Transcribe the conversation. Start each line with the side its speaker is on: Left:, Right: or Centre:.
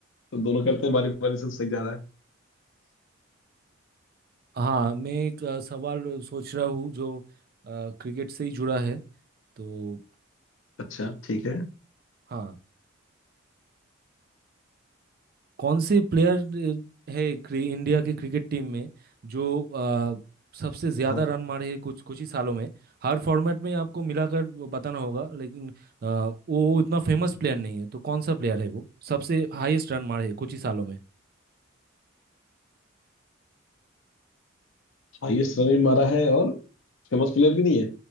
Left: तो दोनों करते हैं बारी बारी से तो सही जा रहा है
Right: हाँ मैं एक अ, सवाल सोच रहा हूँ जो अ, क्रिकेट से ही जुड़ा है तो
Left: अच्छा ठीक है
Right: हाँ कौन से प्लेयर है क्रि- इंडिया के क्रिकेट टीम में जो अ, सबसे ज्यादा
Left: हाँ
Right: रन मारे हैं कुछ कुछ ही सालों में हर फॉर्मेट में आपको मिलाकर वो बताना होगा लेकिन अ, वो इतना फेमस प्लेयर नहीं है तो कौन सा प्लेयर है वो सबसे हाईएस्ट रन मारे हैं कुछ ही सालों में
Left: हाईएस्ट रन भी मारा है और फेमस प्लेयर भी नहीं है